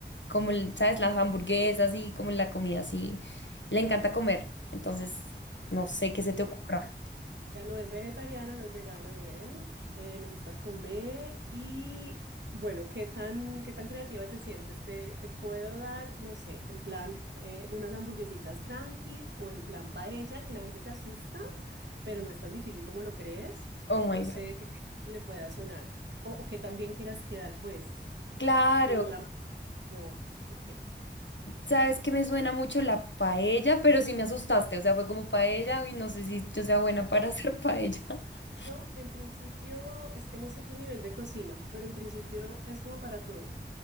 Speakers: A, on the left; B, on the right.
A: como el- ¿sabes? Las hamburguesas y como la comida así, le encanta comer, entonces, no sé qué se
B: Ok.
A: te ocurra.
B: sea, no es vegetariana, no es vegana, bien. eh, le gusta comer y bueno, ¿qué tan, qué tan creativa te sientes? ¿Te, te puedo dar, no sé, en plan eh, unas hamburguesitas tranquis o en plan paella, que la gente se asusta, pero no es tan difícil como lo crees?
A: Oh my
B: No sé
A: God.
B: qué le pueda sonar. O, o que también quieras quedar, pues,
A: Claro,
B: la... o o qué.
A: sabes que me suena mucho la paella, pero sí me asustaste, o sea, fue como paella y no sé si yo sea buena para hacer paella. <laughs>
B: No, en principio, es que no sé tu nivel de cocina, pero en principio es como para todos,